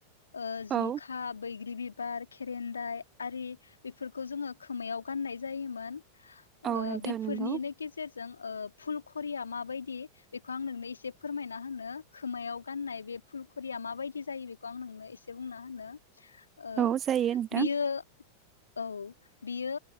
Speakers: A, on the left (about 70°); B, on the right (about 25°).
A: ओ जुंखा
B: औ
A: बैग्रिबि बिबार खेरेनदाय आरि बेफोरखौ जोङो खोमायाव गाननाय जायोमोन ओ
B: औ नोंथां
A: बेफोरनिनो
B: नंगौ
A: गेजेरजों ओ फुल खरिया माबायदि बेखौ आं नोंनो इसे फोरमाय ना होनो खोमायाव गाननाय बे फुलखौ या माबायदि जायो बेखौ आं नोंनो इसे बुंना होनो ओ
B: औ जायो नोंथां
A: बियो औ बियो